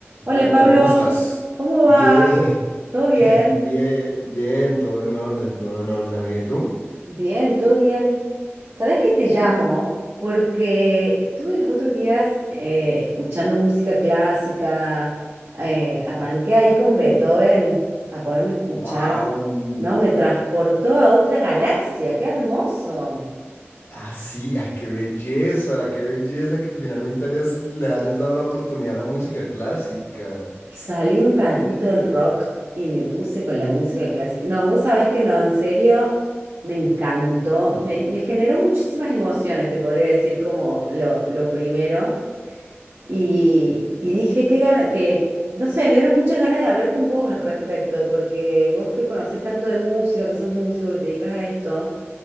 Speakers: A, on the right (about 65°); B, on the left (about 80°).
A: Hola
B: Hola amiga,
A: Pablo,
B: ¿cómo estás?
A: ¿cómo
B: Bien,
A: va? ¿Todo bien?
B: <laughs> bien, bien, todo en orden, todo en orden, amiga. ¿Y tú?
A: Bien, todo bien. ¿Sabés que te llamo? Porque estuve los otros días eh, escuchando música clásica, eh, arranqué ahí con Beethoven a ponerme a escuchar,
B: ¡Wow!
A: no, me transportó a otra galaxia, qué hermoso.
B: Así, ay, qué belleza, qué belleza que finalmente hayas, le hayas dado la oportunidad a la música clásica.
A: Salí un ratito del rock y me puse con la música clásica. No, vos sabés que no, en serio, me encantó. Me, me generó muchísimas emociones, te podría decir como lo, lo primero. Y, y dije que gana, que, no sé, me dieron muchas ganas de hablar con vos al respecto, porque vos que conocés tanto de música, que sos músico, que te dedicas a esto,